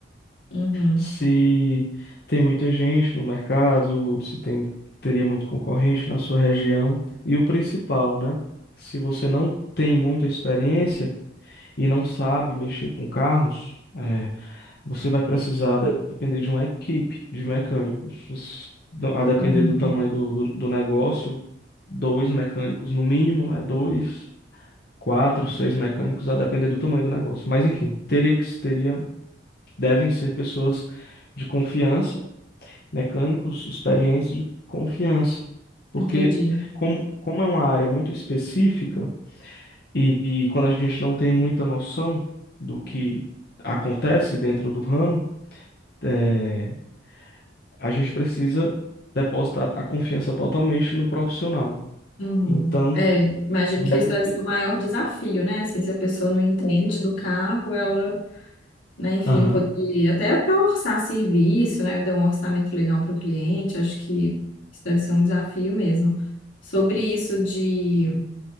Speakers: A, on the left (about 85°); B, on the left (about 55°).
A: Uhum.
B: Se tem muita gente no mercado, se tem, teria muito concorrente na sua região. E o principal, né? Se você não tem muita experiência, e não sabe mexer com carros, é, você vai precisar de- depender de uma equipe de mecânicos. Os- do- A depender
A: Uhum,
B: do tamanho do, do, do negócio, dois mecânicos no mínimo, né? Dois, quatro, seis mecânicos, a depender do tamanho do negócio. Mas enfim, teria que teria, devem ser pessoas de confiança, mecânicos experientes de confiança. Porque
A: entendi.
B: como, como é uma área muito específica, e, e quando a gente não tem muita noção do que acontece dentro do ramo, é, a gente precisa depositar a confiança totalmente no profissional.
A: Uhum.
B: Então,
A: É, imagino
B: deve...
A: que esse deve ser o maior desafio, né? Assim, se a pessoa não entende do carro, ela, né, enfim,
B: Aham.
A: poder até para orçar serviço, né? Dar um orçamento legal para o cliente, acho que isso deve ser um desafio mesmo. Sobre isso de,